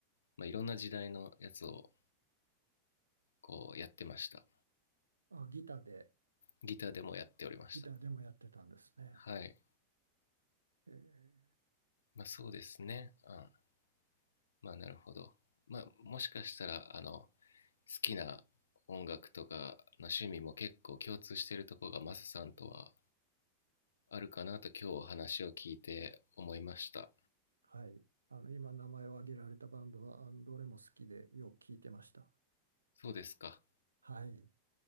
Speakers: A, on the left (about 70°); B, on the right (about 75°).
A: まあ、いろんな時代のやつをこうやってました。
B: あ、ギターで、
A: ギターでもやっておりました。
B: ギターでもやってたんですね。
A: はい。
B: えー
A: まあそうですね。うん。まあなるほど。まあもしかしたら、あの、好きな音楽とかの趣味も結構共通しているところがマサさんとはあるかなと今日お話を聞いて思いました。
B: はい。あの、今名前を挙げられたバンドは、あの、どれも好きでよく聞いてました。
A: そうですか。
B: はい。